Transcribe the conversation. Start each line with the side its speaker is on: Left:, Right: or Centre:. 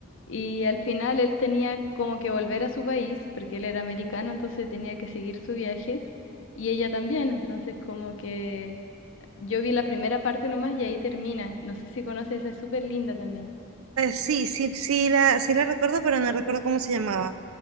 Left: y al final él tenía como que volver a su país porque él era americano, entonces tenía que seguir su viaje y ella también, entonces como que yo vi la primera parte nomás y ahí termina, no sé si conoces, esa es súper linda también.
Right: Pues sí, sí, sí la, sí la recuerdo, pero no recuerdo cómo se llamaba.